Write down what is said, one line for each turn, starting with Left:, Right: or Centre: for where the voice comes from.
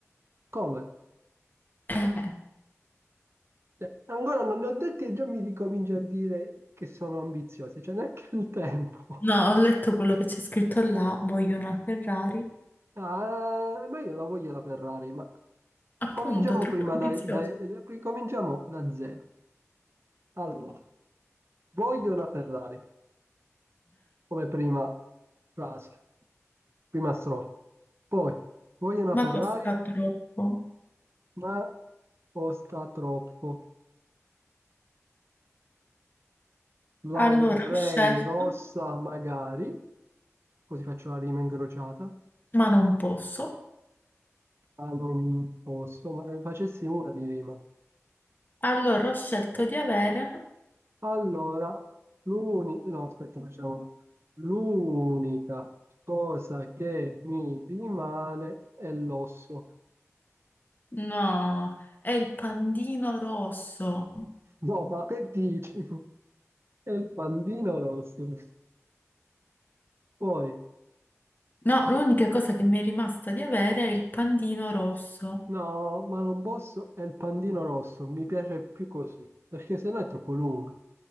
Right: come?
Left: Eh.
Right: Cioè, ancora non ne ho detti e già mi ricomincio a dire che sono ambiziosi, c'è neanche il tempo.
Left: No, ho letto quello che c'è scritto là, voglio una Ferrari.
Right: Ah, ma io la voglio la Ferrari, ma
Left: Appunto,
Right: cominciamo
Left: troppo
Right: prima
Left: ambizioso.
Right: da, da- da- cominciamo da zero. Allora, voglio una Ferrari. come prima frase, prima strofa. Poi, voglio una
Left: Ma
Right: Ferrari,
Left: costa troppo.
Right: ma costa troppo. La
Left: Allora
Right: vorrei
Left: ho scelto,
Right: rossa magari, così faccio la rima incrociata.
Left: ma non posso.
Right: Ma non posso, ma ne facessi una di rima.
Left: Allora ho scelto di avere.
Right: Allora, l'uni... no, aspetta, facciamo una. L'unica cosa che mi rimane è l'osso.
Left: No, è il pandino rosso.
Right: No, ma che dici? È il pandino rosso. Poi,
Left: No, l'unica cosa che mi è rimasta di avere è il pandino rosso.
Right: no, ma non posso, è il pandino rosso, mi piace più così, perché sennò è troppo lunga.